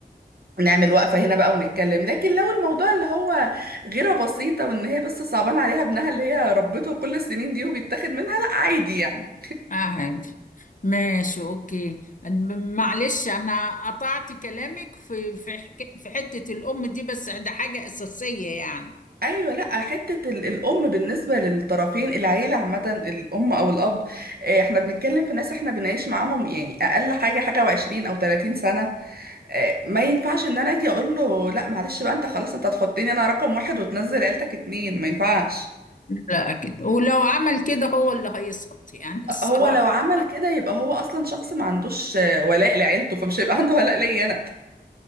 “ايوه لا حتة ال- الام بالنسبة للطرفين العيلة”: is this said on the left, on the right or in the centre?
Right